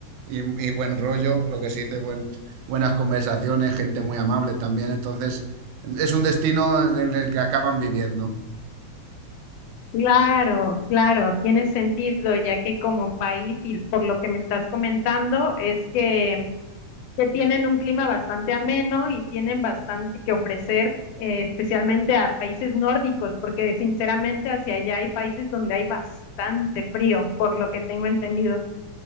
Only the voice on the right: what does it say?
y- y buen rollo, lo que se dice, buen- buenas conversaciones, gente muy amable también, entonces es un destino en el que acaban viviendo.